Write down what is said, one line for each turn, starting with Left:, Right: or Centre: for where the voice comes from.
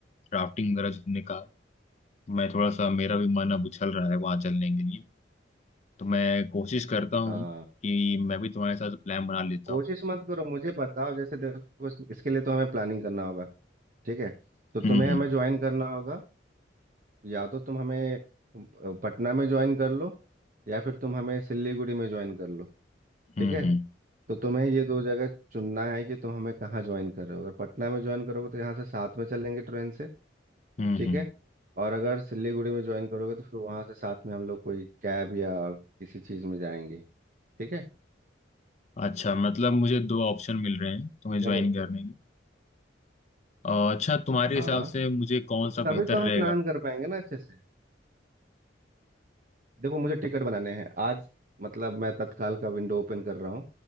Left: राफ्टिंग वगैरह जितने का मैं थोड़ा सा मेरा भी मन अब उछल रहा है वहां चलने के लिए तो मैं कोशिश करता
Right: हाँ
Left: हूँ कि मैं भी तुम्हारे साथ प्लान बना लेता
Right: कोशिश
Left: हूँ
Right: मत करो मुझे बताओ जैसे देखो इस- इसके लिए तो हमें प्लानिंग करना होगा ठीक है तो तुम्हें
Left: हम्म
Right: हमें ज्वाइन करना होगा या तो तुम हमें अ, पटना में ज्वाइन कर लो या फिर तुम हमें सिलीगुड़ी में ज्वाइन कर लो
Left: हम्म
Right: ठीक है
Left: हम्म हम्म
Right: तो तुम्हें ये दो जगह चुनना है कि तुम हमें कहाँ ज्वाइन कर रहे हो अगर पटना में ज्वाइन करोगे तो यहाँ से साथ में चलेंगे ट्रेन से
Left: हम्म,
Right: ठीक
Left: हम्म।
Right: है और अगर सिलीगुड़ी में ज्वाइन करोगे तो फिर वहाँ से साथ में हम लोग कोई कैब या किसी चीज़ में जाएंगे ठीक है
Left: अच्छा मतलब मुझे दो ऑप्शन मिल रहे हैं तुम्हें
Right: क्या
Left: ज्वाइन
Right: बोलते
Left: करने
Right: हो
Left: के और अच्छा तुम्हारे
Right: हाँ
Left: हिसाब से मुझे कौन
Right: तो
Left: सा
Right: तभी
Left: बेहतर
Right: तो हम
Left: रहेगा
Right: प्लान कर पाएंगे ना अच्छे से देखो मुझे टिकट बनाने हैं आज मतलब मैं तत्काल का विंडो ओपन कर रहा हूँ